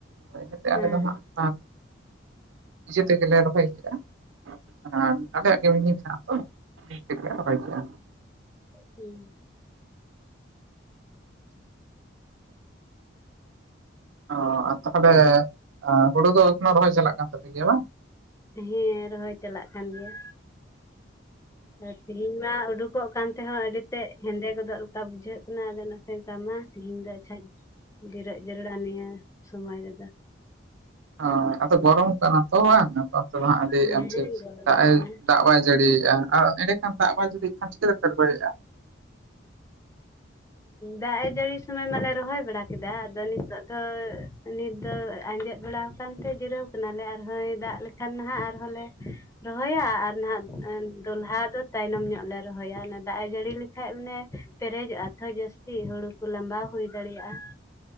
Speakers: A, on the right (about 80°); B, on the left (about 15°).
A: ᱦᱳᱭ ᱱᱚᱛᱮ
B: ᱦᱮᱸ
A: ᱟᱞᱮ ᱫᱚ ᱦᱟᱸᱜ ᱠᱷᱟᱱ ᱤᱡᱮ ᱛᱮᱜᱮᱞᱮ ᱨᱚᱦᱚᱭ ᱠᱮᱫᱟ ᱟᱨ ᱟᱞᱮᱭᱟᱜ ᱜᱮ ᱢᱤᱱᱤ ᱢᱮᱱᱟᱜᱼᱟ ᱛᱚ᱾ ᱛᱤ ᱛᱮᱜᱮ ᱞᱮ ᱨᱚᱦᱚᱭ ᱠᱮᱜ-ᱟ᱾
B: ᱦᱩᱸ
A: ᱚ ᱟᱨ ᱛᱟᱦᱚᱞᱮ ᱟ ᱦᱳᱲᱳ ᱫᱚ ᱮᱠᱷᱱᱚ ᱨᱚᱦᱚᱭ ᱪᱟᱞᱟᱜ ᱠᱟᱱ ᱛᱟᱯᱮ ᱜᱮᱭᱟ ᱵᱟᱝ?
B: ᱦᱮᱸ ᱨᱚᱦᱚᱭ ᱪᱟᱞᱟᱜ ᱠᱟᱱ ᱜᱮᱭᱟ᱾ ᱟ ᱛᱤᱦᱤᱧ ᱢᱟ ᱩᱰᱩᱠᱚᱜ ᱠᱟᱱ ᱛᱮᱦᱚᱸ ᱟᱹᱰᱤ ᱛᱮᱫ ᱦᱮᱸᱫᱮ ᱜᱚᱫᱚᱜ ᱞᱮᱠᱟ ᱵᱩᱡᱷᱟᱹᱜ ᱠᱟᱱᱟ᱾ ᱟᱫᱚ ᱚᱱᱟ ᱦᱳᱭ ᱛᱟᱢᱟ, ᱛᱤᱦᱤᱧ ᱫᱚ ᱟᱪᱪᱷᱟᱧ ᱡᱤᱨᱟ. ᱜ ᱡᱮᱨᱮᱲᱟ ᱱᱤᱭᱟᱹ ᱥᱚᱢᱚᱭ ᱨᱮᱫᱚ᱾
A: ᱚ ᱟᱫᱚ ᱜᱚᱨᱚᱢ ᱠᱟᱱᱟ ᱛᱚ ᱵᱟᱝ᱾ ᱟᱫᱚ ᱛᱚ ᱦᱟᱸᱜ ᱟᱹᱰᱤ
B: ᱦᱮᱸ
A: ᱮᱢᱪᱷᱮ
B: ᱜᱚᱨᱚᱢ
A: ᱫᱟᱜ ᱮ
B: ᱠᱟᱱᱟ
A: ᱫᱟᱜ ᱵᱟᱭ ᱡᱟᱹᱲᱤᱭᱮᱜ-ᱟ ᱟᱨ ᱮᱸᱰᱮᱠᱷᱟᱱ ᱫᱟᱜ ᱵᱟᱭ ᱡᱟᱹᱲᱤ ᱟᱨ ᱪᱤᱠᱟᱹᱞᱮ ᱯᱮ ᱨᱚᱦᱚᱭᱮᱫᱼᱟ
B: ᱫᱟᱜ ᱮ ᱡᱟᱹᱲᱤ ᱥᱚᱢᱚᱭ ᱢᱟᱞᱮ ᱨᱚᱦᱚᱭ ᱵᱟᱲᱟ ᱠᱮᱫᱟ ᱟᱫᱚ ᱱᱤᱛᱚᱜ ᱫᱚ ᱱᱤᱛ ᱫᱚ ᱟᱸᱡᱮᱫ ᱵᱟᱲᱟ ᱟᱠᱟᱱᱛᱮ ᱡᱤᱨᱟᱹᱣ ᱠᱟᱱᱟᱞᱮ ᱟᱨᱦᱚᱸᱭ ᱫᱟᱜ ᱞᱮᱠᱷᱟᱱ ᱦᱟᱸᱜ ᱟᱨᱦᱚᱸ ᱞᱮ ᱨᱚᱦᱚᱭᱟ ᱟᱨ ᱱᱟᱦᱟᱸᱜ ᱫᱚ ᱞᱟᱦᱟ ᱫᱚ ᱛᱟᱭᱱᱚᱢ ᱧᱚᱜ ᱞᱮ ᱨᱚᱦᱚᱭᱟ ᱫᱟᱜ ᱮ ᱡᱟᱹᱲᱤ ᱞᱮᱠᱷᱟᱡ ᱱᱮ ᱯᱮᱨᱮᱡᱚᱜᱼᱟ ᱛᱚ ᱡᱟᱹᱥᱛᱤ ᱦᱩᱲᱩ ᱠᱚ ᱞᱟᱸᱜᱟᱣ ᱦᱩᱭ ᱫᱟᱲᱮᱭᱟᱜᱼᱟ